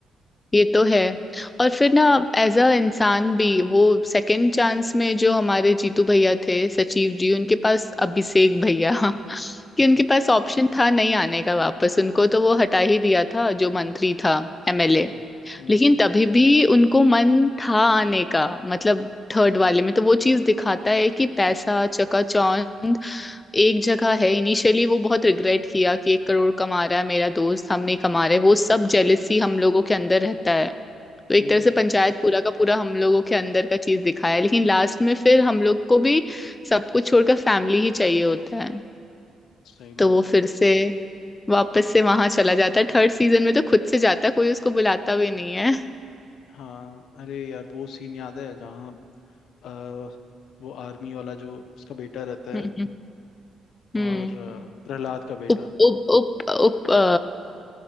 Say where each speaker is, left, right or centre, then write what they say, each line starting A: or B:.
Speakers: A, on the left; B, on the left.
A: ये तो है और फिर ना एज अ इंसान भी वो सेकंड चांस में जो हमारे जीतू भैया थे सचिव जी उनके पास अभिषेक भैया <laughs>
B: <laughs>
A: कि उनके पास ऑप्शन था नहीं आने का वापस उनको तो वो हटा ही दिया था जो मंत्री था एमएलए
B: हम्म
A: लेकिन
B: हम्म
A: तभी भी उनको मन था आने का मतलब थर्ड वाले में तो वो चीज दिखाता है कि पैसा चकाचौंध एक जगह है इनिशियली वो बहुत रिग्रेट किया कि एक करोड़ कमा रहा है मेरा दोस्त हम नहीं कमा रहे वो सब जेलेसी हम लोगों के अंदर रहता है तो एक
B: हम्म,
A: तरह से पंचायत पूरा का पूरा हम लोगों के अंदर का चीज दिखाया है लेकिन लास्ट में फिर हम लोग को भी सब कुछ छोड़कर फैमिली ही चाहिए होता है
B: सही
A: तो
B: बात
A: वो फिर
B: है
A: से वापस से वहां चला जाता है थर्ड सीजन में तो खुद से जाता है कोई उसको बुलाता भी नहीं है
B: हाँ अरे यार वो सीन याद है जहाँ अ, वो आर्मी वाला जो उसका बेटा रहता
A: हम्म
B: है
A: हम्म
B: और अ, प्रहलाद का बेटा
A: उप उप उप उप अ,